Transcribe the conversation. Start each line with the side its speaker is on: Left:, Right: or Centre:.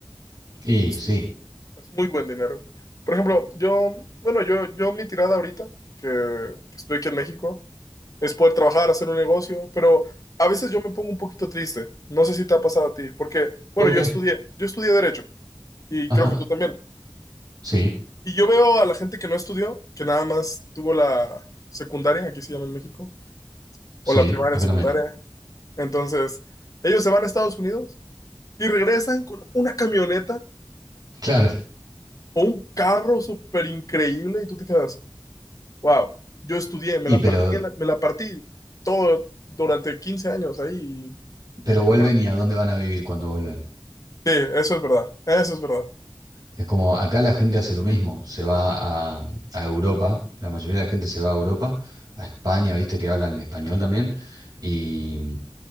Right: Y
Left: es,
Right: sí,
Left: un- es muy buen dinero. Por ejemplo, yo, bueno, yo, yo mi tirada ahorita, que, que estoy aquí en México, es poder trabajar, hacer un negocio, pero a veces yo me pongo un poquito triste. No sé si te ha pasado a ti, porque,
Right: ¿por
Left: bueno,
Right: qué?
Left: yo estudié, yo estudié Derecho y
Right: Ajá,
Left: creo que tú también.
Right: sí,
Left: Y yo veo a la gente que no estudió, que nada más tuvo la secundaria, aquí se llama en México,
Right: sí,
Left: o la primaria,
Right: acá
Left: secundaria.
Right: también.
Left: Entonces, ellos se van a Estados Unidos y regresan con una camioneta
Right: Claro.
Left: o un carro súper increíble y tú te quedas, wow, yo estudié, me
Right: Y
Left: la
Right: pero,
Left: partí, en la- me la partí todo durante 15 años ahí.
Right: pero vuelven
Left: y- y nada".
Right: y a dónde van a vivir cuando vuelven.
Left: Sí, eso es verdad, eso es verdad.
Right: Es como acá la gente hace lo mismo, se va a, a Europa, la mayoría de la gente se va a Europa, a España, viste que hablan español también, y,